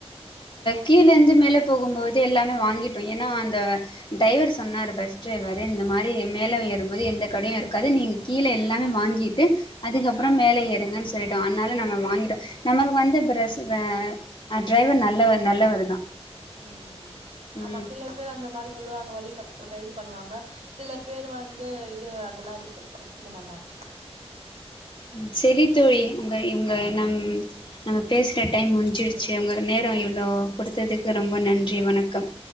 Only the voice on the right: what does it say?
ம்.
ம்
ஆமா சில பேர் அந்த மாரி சொல்லுவாங்க வழி கா கைடு பண்ணுவாங்க சில பேரு வந்து இது அதெல்லா இதுக்கு எத்துக்க மாட்டாங்க
மாட்டாங்க.